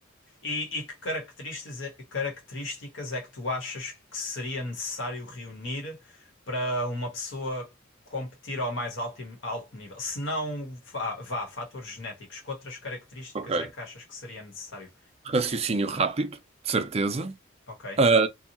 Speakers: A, on the left (about 70°); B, on the right (about 30°).
A: E, e que características, é- características é que tu achas que seria necessário reunir para uma pessoa competir ao mais alto, alto nível? Se não, vá, vá, fatores genéticos, que outras características
B: Ok.
A: é que achas que seria necessário?
B: Raciocínio rápido, de certeza.
A: Ok,
B: Ah,